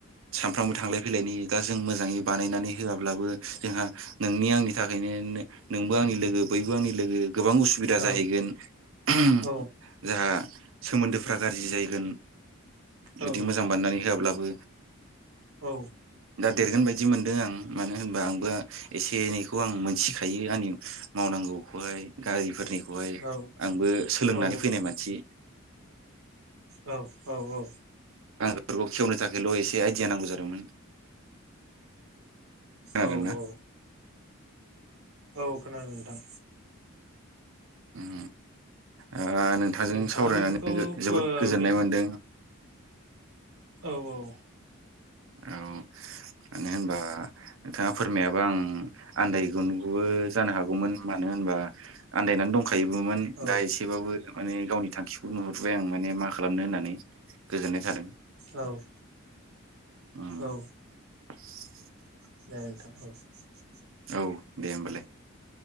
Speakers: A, on the right; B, on the right.
A: सानफ्रामबो थांलाय फैलायनि दा जों मोजाङै बानायनानै होआब्लाबो जोंहा नोंनि आंनि थाखायनो नोंबो आंनि लोगो बैबो आंनि लोगो। गोबां उसुबिदा
B: औ
A: जाहैगोन ओहोम
B: औ
A: जाहा। सोमोन्दोफ्रा गाज्रि जायैगोन जुदि
B: औ
A: मोजां बानायनानै होआब्लाबो।
B: औ
A: दा देरगोन बायदि। इदि मोनदों आं मानो होनबा आंबो एसे एनैखौ आं मोनथिखायो आंनि मावनांगौखौबो। गारिफोरनिखौहाय
B: औ
A: आंबो सोलोंनानै
B: औ
A: फैनाय मानसि।
B: औ औ औ
A: दरखौ खेवनो थाखायल' एसे आइडिया नांगौ जादोंमोन। खोनादोंना
B: औ औ औ खोनादों नोंथां।
A: उम ओ नोंथाजों
B: नोंथाङा
A: सावरायनानै
B: बेफोरखौ फो
A: जोबोद गोजोननाय
B: बे
A: मोन्दों।
B: औ औ।
A: औ मानो होनबा नोंथाङा फोरमायाबा आं आन्दायगोनबो जानो हागौमोन मानो होनबा बा आन्दायनानै दंखायोबोमोन
B: औ
A: दा एसेबाबो माने गावनि थांखिखौ नुहुरबाय आं माने मा खालामनो होननानै गोजोननाय थादों
B: औ
A: उम
B: औ
A: <inaudible>
B: जागोन नोंथां औ
A: औ दे होमबालाय